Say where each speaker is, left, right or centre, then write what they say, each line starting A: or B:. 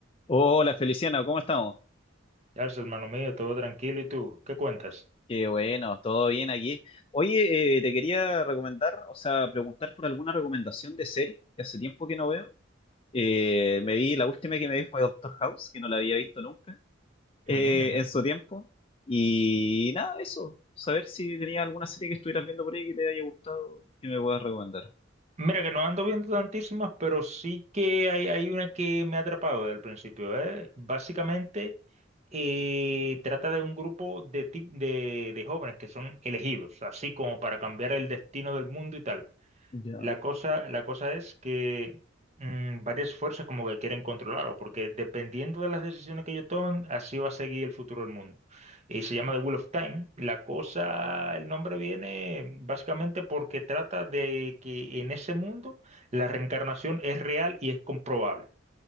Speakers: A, on the left (about 30°); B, on the right (about 35°).
A: Hola Feliciano, ¿cómo estamos?
B: Yarzo, hermano mío, todo tranquilo. ¿Y tú? ¿Qué cuentas?
A: Qué bueno, todo bien aquí. Oye, eh, te quería recomendar, o sea, preguntar por alguna recomendación de serie, que hace tiempo que no veo. Eh, me vi, la última que me vi fue Doctor House, que no la había visto nunca eh,
B: Ujú, ujú.
A: en su
B: ujú.
A: tiempo. Y nada, eso, saber si tenías alguna serie que estuvieras viendo por ahí que te haya gustado, que me puedas recomendar.
B: Mira que no ando viendo tantísimas, pero sí que hay, hay una que me ha atrapado desde el principio, ¿eh? Básicamente eh, trata de un grupo de, ti- de, de jóvenes que son elegidos, así como para cambiar el destino del mundo y tal.
A: Ya.
B: La cosa, la cosa es que mm, varias fuerzas como que quieren controlarlo, porque dependiendo de las decisiones que ellos toman, así va a seguir el futuro del mundo. Y se llama The Wheel of Time. La cosa, el nombre viene básicamente porque trata de que en ese mundo la reencarnación es real y es comprobable.